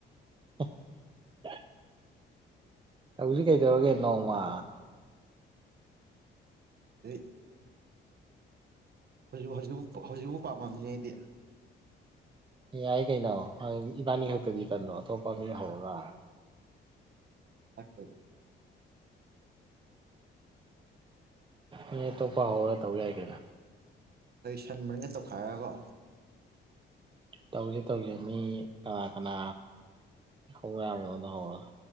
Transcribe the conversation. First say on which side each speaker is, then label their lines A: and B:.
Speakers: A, on the right; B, on the right.
A: <unintelligible> ꯇꯧꯁꯤ ꯀꯩꯗꯧꯔꯒꯦ ꯅꯣꯡꯃ
B: ꯑꯩ ꯍꯧꯖꯤꯛ ꯍꯧꯖꯤꯛ ꯍꯧꯖꯤꯛꯐꯥꯎ ꯄꯥꯝꯃꯝꯃꯤꯉꯩꯗꯤ
A: ꯌꯥꯏ ꯀꯩꯅꯣ ꯏꯕꯥꯅꯤ ꯈꯛꯇꯗꯤ ꯇꯟꯣ ꯑꯇꯣꯞꯄ ꯃꯤ ꯍꯧꯔꯒ
B: ꯑꯣ
A: ꯅ ꯑꯇꯣꯞꯄ ꯍꯧꯔꯒ ꯇꯧ ꯌꯥꯏꯒꯦꯅ
B: ꯑꯩ ꯁꯟ ꯃꯔꯤꯒ ꯇꯧꯈꯥꯏꯔꯒꯣ
A: ꯇꯧꯁꯦ ꯇꯧꯁ ꯃꯤ ꯀꯅꯥ ꯀꯅꯥ ꯍꯧꯕ ꯌꯥꯕꯅꯣꯗꯣ ꯍꯧꯔꯒ